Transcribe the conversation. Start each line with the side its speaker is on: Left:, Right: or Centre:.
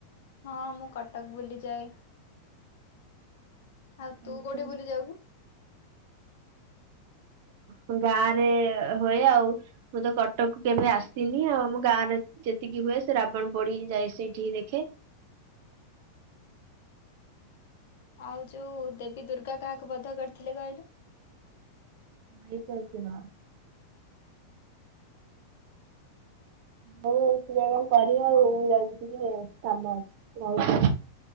Left: ହଁ ମୁଁ କଟକ୍ ବୁଲି ଯାଏ।
Right: <inaudible>
Left: ଆଉ ତୁ କୋଉଠି ବୁଲି ଯାଉ?
Right: ହଁ ଗାଁରେ ହୁଏ ଆଉ। ମୁଁ ତ କଟକ୍ କୁ କେବେ ଆସିନି ଆଉ, ଆମ ଗାଁରେ ଯେତିକି ହୁଏ ସେ ରାବଣ ପୋଡି ଯାଏ ସେ ଠିକି ଦେଖେ।
Left: ଆଉ ଯୋଉ ଦେବୀ ଦୁର୍ଗା କାହାକୁ ବଦ୍ଧ କରିଥିଲେ କହିଲୁ?
Right: ମହିଷାସୁର। ହଉ-ହଉ ତୁ ଯା କଣ <unintelligible> ଆଉ, ମୁଁ ଯାଉଚି ଟିକେ କାମ ଅଛି ରହୁଚି।